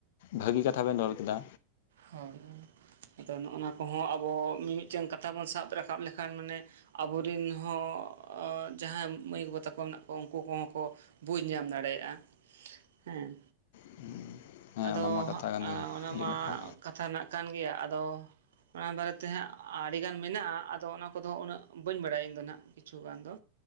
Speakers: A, on the left; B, on the right.
A: ᱵᱷᱟᱹᱜᱤ ᱠᱟᱛᱷᱟ ᱵᱮᱱ ᱨᱚᱲ ᱠᱮᱫᱟ
B: ᱦᱳᱭ ᱟᱫᱚ ᱱᱚᱜᱚᱱᱟ ᱠᱚᱦᱚᱸ ᱟᱵᱚ ᱢᱤᱢᱤᱫᱴᱮᱱ ᱠᱟᱛᱷᱟ ᱵᱚᱱ ᱥᱟᱵ ᱨᱟᱠᱟᱵ ᱞᱮᱠᱷᱟᱱ ᱢᱟᱱᱮ ᱟᱵᱚᱨᱤᱱ ᱦᱚᱸ ᱡᱟᱦᱟᱸᱭ ᱢᱟᱹᱭ ᱜᱚᱜᱚ ᱛᱟᱠᱚ ᱢᱮᱱᱟᱜ ᱠᱚᱣᱟ ᱩᱱᱠᱩ ᱠᱚᱦᱚᱸ ᱠᱚ ᱵᱩᱡ ᱧᱟᱢ ᱫᱟᱲᱮᱭᱟᱜᱼᱟ ᱦᱮᱸ
A: <unintelligible>
B: ᱟᱫᱚ
A: ᱠᱟᱛᱷᱟ ᱠᱟᱱ
B: ᱦᱟᱸᱜ
A: ᱜᱮ
B: ᱚᱱᱟ
A: ᱟᱹᱰᱤ
B: ᱢᱟ
A: ᱱᱟᱯᱟᱭ
B: ᱠᱟᱛᱷᱟ ᱨᱮᱱᱟᱜ ᱠᱟᱱ ᱜᱮᱭᱟ ᱟᱫᱚ ᱚᱱᱟ ᱵᱟᱨᱮᱛᱮ ᱦᱟᱸᱜ ᱟᱹᱰᱤᱜᱟᱱ ᱢᱮᱱᱟᱜᱼᱟ ᱟᱫᱚ ᱚᱱᱟ ᱠᱚᱫᱚ ᱩᱱᱟᱹᱜ ᱵᱟᱹᱧ ᱵᱟᱲᱟᱭᱟ ᱤᱧ ᱫᱚ ᱱᱟᱦᱟᱜ ᱠᱤᱪᱷᱩ ᱜᱟᱱ ᱫᱚ